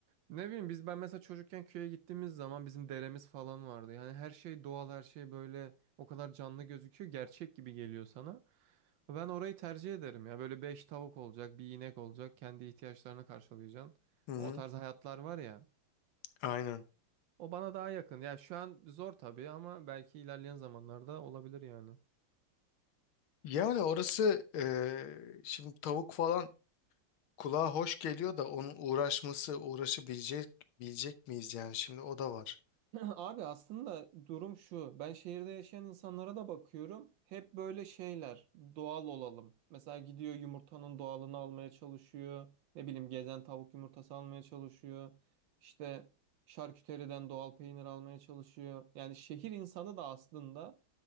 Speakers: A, on the right; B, on the left.
A: ne bileyim biz ben mesela çocukken köye gittiğimiz zaman bizim deremiz falan vardı. Yani her şey doğal her şey böyle o kadar canlı gözüküyor gerçek gibi geliyor sana. Ben orayı tercih ederim ya böyle beş tavuk olacak bir inek olacak kendi ihtiyaçlarını karşılayacaksın.
B: hı hı,
A: O tarz hayatlar var ya
B: aynen.
A: o bana daha yakın. Yani şu an zor tabii ama belki ilerleyen zamanlarda olabilir yani.
B: Yani orası e, şimdi tavuk falan kulağa hoş geliyor da onun uğraşması uğraşabilecek bilecek miyiz yani şimdi o da var.
A: <laughs> Abi aslında durum şu. Ben şehirde yaşayan insanlara da bakıyorum. Hep böyle şeyler. Doğal olalım. Mesela gidiyor yumurtanın doğalını almaya çalışıyor. Ne bileyim gezen tavuk yumurtası almaya çalışıyor. İşte şarküteriden doğal peynir almaya çalışıyor. Yani şehir insanı da aslında